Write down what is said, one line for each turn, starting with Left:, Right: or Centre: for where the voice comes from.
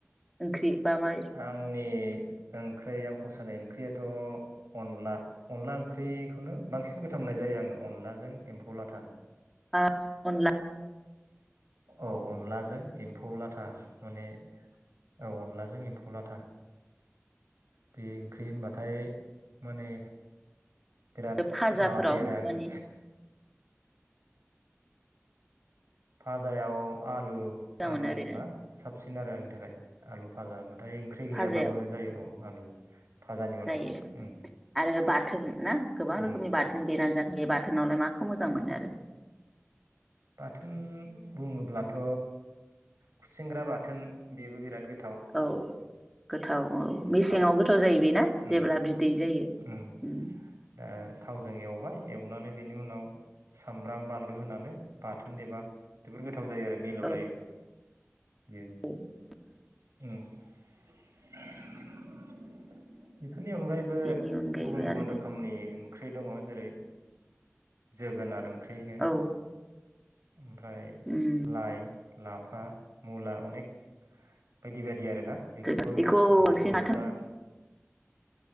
Centre: ओंख्रि बा मा
Right: आंनि ओंख्रै आं फसानाय ओंख्रियाथ अनला अनला ओंख्रिखौनो बांसिन गोथाव मोननाय जायो आङो अनलाजों एम्फौ लाथा।
Centre: ओ अनला
Right: औ अनलाजों एम्फौ लाथा। माने औ अनलाजों एम्फौ लाथा बे ओंख्रि होनबाथाय माने बिराद
Centre: फाजाफोराव
Right: माबासै आरो आंनि
Centre: माने
Right: फाजायाव आलु
Centre: मोजां मोनो
Right: आलु
Centre: ओरैनो
Right: होनबा साब सिन आरो आंनि थाखाय आलु फाजा जाय ओंख्रि गैयाबाबो
Centre: फाजायाव
Right: जायो। फाजानि उनाव
Centre: जायो
Right: उम
Centre: आरो बाथोन ना गोबां
Right: उम
Centre: रोखोमनि बाथोन देना जानो हायो बा <unintelligible> माखौ मोजां मोनो आरो?
Right: बाथोन बुङोब्लाथ' खुसेंग्रा बाथोन बेबो बिराद गो
Centre: औ गोथाव औ मेसेङाव
Right: था
Centre: गोथाव जायो बे बेना
Right: उम
Centre: जेब्ला बिदै जायो
Right: उम दा थावजों एवबाय एवनानै बेनि उनाव सामब्राम बानलु होनानै बाथोन देबा जोबोर गोथाव जायो आरो मिलौलायो
Centre: औ <unintelligible>
Right: बियो <unintelligible> बेफोरनि अनगायैबो
Centre: बेनि अनगायैबो
Right: गुबुन गुबुन
Centre: आरो
Right: रोखोमनि जों ओंख्रि दङ जेरै जोगोनार ओं ख्रिनो
Centre: औ
Right: ओमफ्राय
Centre: उम
Right: लाइ लाफा मुला अनेग बायदि बायदि आरोना बेखौबो
Centre: जों बेखौ
Right: ओ
Centre: बांसिन
Right: बर'फ्रा
Centre: बाथोन